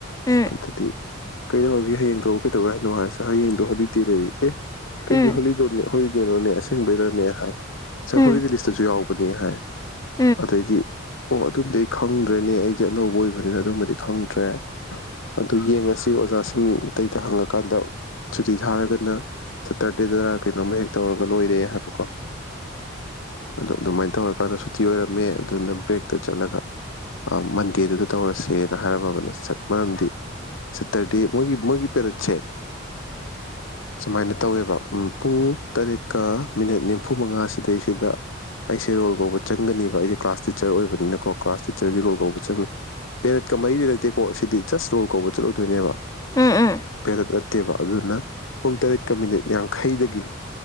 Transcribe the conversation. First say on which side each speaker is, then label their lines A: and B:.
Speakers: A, on the left; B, on the left.
A: ꯎꯝ
B: ꯑꯗꯨꯗꯤ ꯀꯩꯗꯧꯔꯒꯦ ꯍꯌꯦꯡ ꯇꯧꯕ ꯀꯩꯗꯧꯒꯦ ꯍꯥꯏꯅꯣ ꯍꯥꯏ ꯁꯥꯔ ꯍꯌꯦꯡꯗꯣ ꯍꯣꯂꯤꯗꯦ ꯂꯩꯌꯦ ꯑꯦ ꯀꯩꯒꯤ
A: ꯎꯝ
B: ꯍꯣꯂꯤꯗꯣꯅꯦ ꯍꯣꯂꯤꯗꯦꯅꯣꯅꯦ ꯑꯁꯦꯡꯕꯩꯔꯅꯦ ꯍꯥꯏ ꯁꯥꯔ
A: ꯎꯝ
B: ꯍꯣꯂꯤꯗꯦ ꯂꯤꯁꯇꯁꯨ ꯌꯥꯎꯕꯅꯤ ꯍꯥꯏ
A: ꯎꯝ ꯎꯝ ꯎꯝ ꯎꯝ ꯎꯝ
B: ꯑꯗꯩꯗꯤ ꯑꯣ ꯑꯗꯨꯝꯗꯤ ꯑꯩ ꯈꯪꯗ꯭ꯔꯦꯅꯦ ꯑꯩꯖꯦ ꯑꯅꯧꯕ ꯑꯣꯏꯕ ꯕꯅꯤꯅ ꯑꯗꯨꯃꯗꯤ ꯈꯪꯗ꯭ꯔꯦ ꯑꯗꯨ ꯌꯦꯡꯉꯁꯤ ꯑꯣꯖꯥꯁꯤꯡ ꯑꯇꯩꯗ ꯍꯪꯉꯀꯥꯟꯗ ꯁꯨꯇꯤ ꯊꯥꯔꯒꯅ ꯁꯇ꯭ꯔꯗꯦꯗ ꯀꯩꯅꯣꯃ ꯍꯦꯛ ꯇꯧꯔꯒ ꯂꯣꯏꯔꯦ ꯍꯥꯏꯕꯀꯣ ꯑꯗꯨ ꯑꯗꯨꯃꯥꯏꯅ ꯇꯧꯔꯀꯥꯟꯗ ꯁꯨꯇꯤ ꯑꯣꯏꯔꯝꯃꯦ ꯑꯗꯨꯅ ꯕ꯭ꯔꯦꯛꯇ ꯆꯠꯂꯒ ꯑ ꯥꯃꯟꯗꯦꯗꯨꯗ ꯇꯧꯔꯁꯦꯅ ꯍꯥꯏꯔꯝꯃꯕꯅꯦ ꯁꯠ ꯃꯔꯝꯗꯤ ꯁꯇ꯭ꯔꯗꯦ ꯃꯣꯏ ꯃꯣꯏꯒꯤ ꯄꯦꯔꯠꯁꯦ ꯁꯨꯃꯥꯏꯅ ꯇꯧꯋꯦꯕ ꯎꯝ ꯄꯨꯡ ꯇꯔꯦꯠꯀ ꯃꯤꯅꯠ ꯅꯤꯐꯨ ꯃꯉꯥ ꯁꯤꯗꯩꯁꯤꯗ ꯑꯩꯁꯦ ꯔꯣꯜ ꯀꯧꯕ ꯆꯪꯒꯅꯤꯕ ꯑꯩꯁꯦ ꯀ꯭ꯂꯥꯁ ꯇꯤꯆꯔ ꯑꯣꯏꯕꯅꯤꯅꯀꯣ ꯀ꯭ꯂꯥꯁ ꯇꯤꯆꯔꯒꯤ ꯔꯣꯜ ꯀꯧꯕ ꯆꯪꯅꯤ ꯄꯦꯔꯠꯀ ꯃꯔꯤ ꯂꯩꯅꯗꯦꯀꯣ ꯁꯤꯗꯤ ꯖꯁ ꯔꯣꯜ ꯀꯧꯕ ꯆꯠꯂꯨꯗꯣꯏꯅꯦꯕ
A: ꯎꯝ ꯎꯝ
B: ꯄꯦꯔꯠ ꯅꯠꯇꯦꯕ ꯑꯗꯨꯅ ꯄꯨꯡ ꯇꯔꯦꯠꯀ ꯃꯤꯅꯤꯠ ꯌꯥꯡꯈꯩꯗꯒꯤ